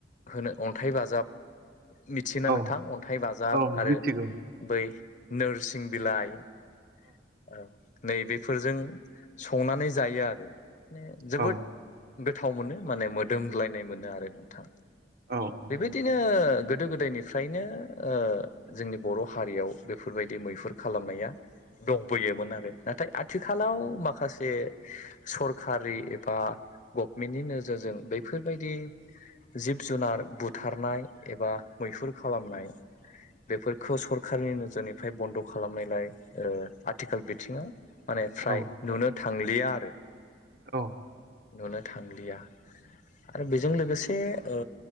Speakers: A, on the left; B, on the right.
A: होनो अन्थाइ बाजाब। मिथियोना
B: औ
A: नोंथां अन्थाइ बाजाब
B: औ
A: आरो
B: मिथिगौ
A: बै नोरसिं बिलाइ औ नै बेेफोरजों संनानै जायो आरो। मे जोबोद
B: औ
A: गोथाव मोनो माने मोदोमग्लायनाय मोनो आरो नोंथां
B: औ औ
A: बेबायदिनो गोदो गोदायनि फ्रायनो ओ जोंनि बर' हारियाव बेफोरबायदि मैहुर खालामनाया दंबोयोमोन आरो नाथाय आथिखालाव माखासे सरखारि एबा गभमेन्टनि नोजोरजों बैफोरबायदि जिब जुनार बुथारनाय एबा मैहुर खालामनाय बेफोरखौ सरखारारनि नोजोरनिफ्राय बन्द' खालामनायलाय ओ आथिखाल बिथिङाव। माने फ्राय
B: औ
A: नुनो थांलिया आरो।
B: औ।
A: नुनो थांलिया। आरो बेजों लोगोसे ओ